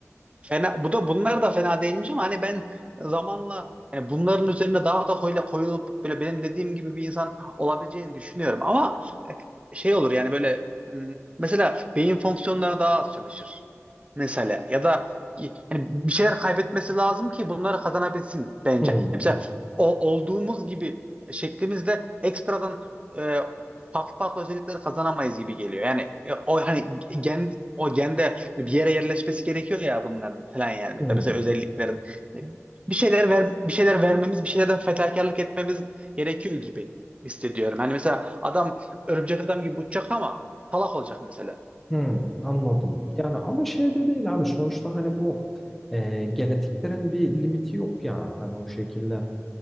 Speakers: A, on the right; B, in the centre.
A: Fena, bu da bunlar da fena değilmiş ama hani ben zamanla yani bunların üzerine daha da koyla, koyulup böyle benim dediğim gibi bir insan olabileceğini düşünüyorum. Ama e, şey olur yani böyle m, mesela beyin fonksiyonları daha az çalışır. Mesela ya da y- yani bir şeyler kaybetmesi lazım ki bunları kazanabilsin bence.
B: Hmm,
A: Hani Mesela o olduğumuz gibi şeklimizle ekstradan e, farklı farklı özellikleri kazanamayız gibi geliyor. Yani e, o hani gen o gende bir yere yerleşmesi gerekiyor ya bunların falan yani. Mesela
B: hmm.
A: mesela özelliklerin. Bir şeyler ver, bir şeyler vermemiz, bir şeylerden fedakarlık etmemiz gerekiyor gibi hissediyorum. Hani mesela adam örümcek adam gibi uçacak ama salak olacak mesela.
B: Hmm, anladım. Yani ama şey de değil abi sonuçta hani bu e, genetiklerin bir limiti yok yani hani o şekilde